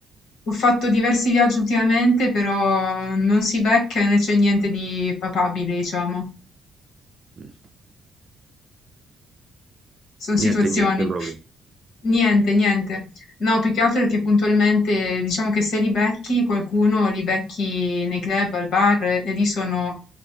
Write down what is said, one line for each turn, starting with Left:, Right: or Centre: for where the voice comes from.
Left: ho fatto diversi viaggi ultimamente, però non si becca né c'è niente di papabile, diciamo.
Right: Mm.
Left: Sono situazioni.
Right: Niente, niente proprio.
Left: Niente, niente. No, più che altro perché puntualmente diciamo che se li becchi qualcuno, li becchi nei club, al bar e lì sono